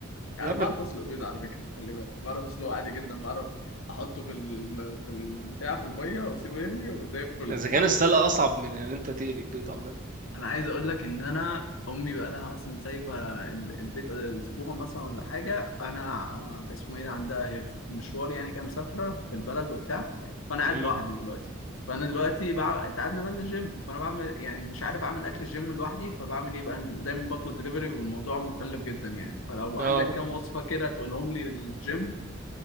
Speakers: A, on the left; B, on the right.
A: يعني
B: لا
A: بعرف اسلق بيض على فكره خلي بالك بعرف اسلقه عادي جدا بعرف احطه في ال... في البتاع في الميه واسيبه يغلي وزي الفل
B: اذا
A: خلي
B: كان
A: بالك
B: السلق اصعب من ان انت تقلي البيض عامه
A: انا عايز اقول لك ان انا امي بقى لها مثلا سايبه ال- البيت اسبوع مثلا ولا حاجه انا اسمه ايه ده عندها هي في مشوار يعني كده مسافره في البلد وبتاع فانا قاعد
B: امم
A: لوحدي دلوقتي فانا دلوقتي بقى انت عارف إن أنا بنزل جيم فانا بعمل يعني مش عارف اعمل اكل الجيم لوحدي فبعمل ايه بقى دايما بطلب دليفري والموضوع مكلف جدا يعني فلو
B: اه
A: عندك كام وصفه كده تقولهم لي للجيم